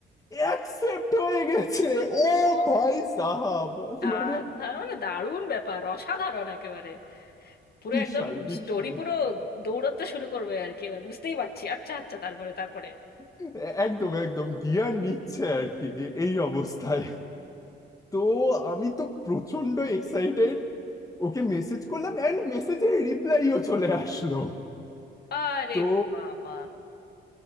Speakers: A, on the left; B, on the left.
A: অ্যাকসেপ্ট হয়ে গেছে ও
B: ও
A: ভাই সাহাব
B: সাধারণ
A: মানে
B: দারুণ ব্যাপার অসাধারণ একেবারে পুরো
A: বিশাল
B: একদম
A: বিশাল
B: স্টোরি পুরো দৌড়াতে শুরু করবে আর কি এবার বুঝতেই পারছি আচ্ছা আচ্ছা তারপরে তারপরে
A: এ- একদম একদম গিয়ার নিচ্ছে আর কি এ- এই অবস্থায় তো আমি তো প্রচন্ড এক্সাইটেড ওকে মেসেজ করলাম অ্যান্ড মেসেজের রিপ্লাইও চলে আসলো
B: আরে
A: তো
B: বাবা